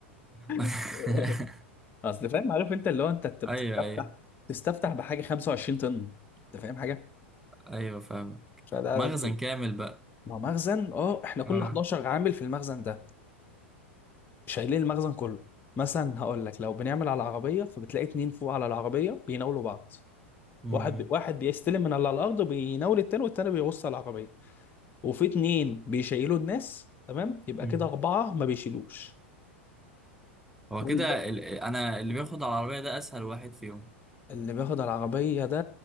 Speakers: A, in the centre; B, on the left.
A: <laughs>
B: <laughs> اصل فاهم عارف انت اللي هو انت أنت بتستفتح
A: ايوه ايوه
B: تستفتح بحاجه 25 طن انت فاهم حاجه
A: ايوه فاهمك
B: فده
A: مخزن كامل بقى
B: ما هو مخزن اه احنا كنا
A: اه
B: 11 عامل في المخزن ده شايلين المخزن كله مثلا هقول لك لو بنعمل على العربيه فبتلاقي اتنين فوق على العربيه بيناولوا بعض
A: مم.
B: واحد واحد بيستلم من على الارض بيناول التاني والتاني بيغص على العربيه وفي اتنين بيشيلوا الناس تمام يبقى
A: مم.
B: كده أربعة ما بيشيلوش
A: هو
B: قول
A: كده
B: بقى
A: ال... انا اللي بياخد على العربية ده اسهل واحد فيهم
B: اللي بياخد العربية ده